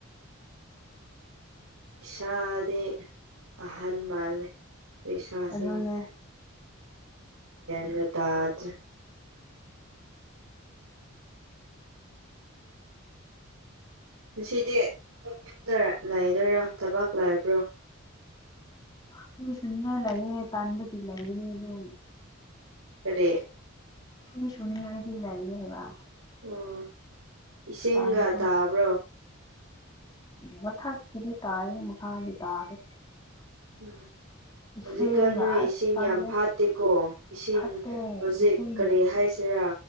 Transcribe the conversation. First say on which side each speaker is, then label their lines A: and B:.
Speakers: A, on the right; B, on the left.
A: ꯏꯁꯥꯗꯦ ꯑꯍꯟ ꯃꯥꯜꯂꯦ ꯏꯁꯥꯁꯤꯡ
B: ꯑꯗꯨꯅ
A: ꯭ꯟꯒ ꯇꯗ꯭ꯔ ꯉꯁꯤꯗꯤ ꯑꯗꯨ ꯌꯨꯝꯗ ꯂꯥꯏꯗꯣꯏꯔꯥ ꯊꯕꯥꯛ ꯂꯥꯏꯕ꯭ꯔꯣ
B: ꯄꯤꯤ ꯁꯅ ꯂꯩꯌꯦꯦ ꯇꯥꯟꯕꯒꯤ ꯂꯩꯒꯅꯤ ꯑꯗꯨꯣ
A: ꯀꯔꯤ
B: ꯐꯦꯔꯤ ꯁꯣꯅꯤꯡꯉꯥꯏ ꯂꯩꯂꯥꯏ ꯂꯩꯕ
A: ꯑꯣ ꯏꯁꯤꯡꯒ
B: ꯇꯥꯟꯕꯗꯣ
A: ꯇꯥꯕ꯭ꯔꯣ
B: ꯃꯊꯛꯀꯤꯗꯤ ꯇꯥꯏ ꯃꯈꯥꯒꯤ ꯇꯥꯕ
A: ꯎꯝ
B: ꯏꯁꯤꯡꯒ
A: ꯍꯧꯖꯤꯛꯀꯥꯟ ꯅꯣꯏ
B: ꯑꯁ
A: ꯏꯁꯤꯡ
B: ꯇꯜꯂꯦ
A: ꯌꯥꯝ ꯐꯥꯠꯇꯦꯀꯣ ꯏꯁꯤꯡ
B: ꯐꯠꯇꯦ
A: ꯍꯧꯖꯤꯛ
B: ꯏꯁꯤꯡꯒꯤ
A: ꯀꯔꯤ ꯍꯥꯏꯁꯤꯔꯥ